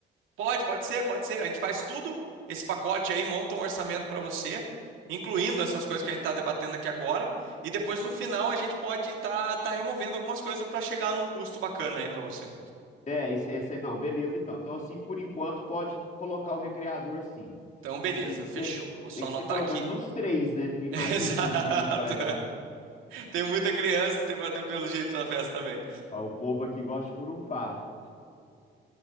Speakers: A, on the right; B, on the left.
A: Pode, pode ser, pode ser. A gente faz tudo esse pacote aí, monta um orçamento para você, incluindo essas coisas que a gente está debatendo aqui agora. E depois no final a gente pode estar removendo algumas coisas para chegar num custo bacana aí para você.
B: É, isso, esse aí não, beleza então. Então, assim, por enquanto, pode colocar o recreador sim.
A: Então, beleza,
B: Mas Tem que
A: fechou.
B: ser,
A: Vou só
B: tem que
A: anotar
B: ser pelo
A: aqui.
B: menos uns três, né?
A: <laughs>
B: Porque imagina
A: Exato.
B: o tanto de menino que vai dar
A: Tem muita criança, tem, tem pelo jeito na festa também.
B: ao povo aqui gosta de furunfar.